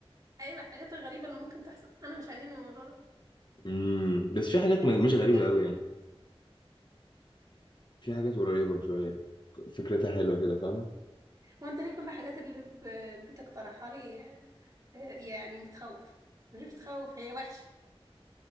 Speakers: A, on the right; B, on the left.
A: ايوه الحاجات الغريبه اللي ممكن تحصل انا مش عاجبني الموضوع ده
B: امم بس في حاجات
A: حاجات
B: م- مش
A: disturbing.
B: غريبة أوي يعني في حاجات قريبة شوية فكرتها حلوة كده فاهمة
A: وانت ليه كل الحاجات اللي ب... بتقترحها لي آه، آه، يعني بتخوف مش بتخوف هي وحشه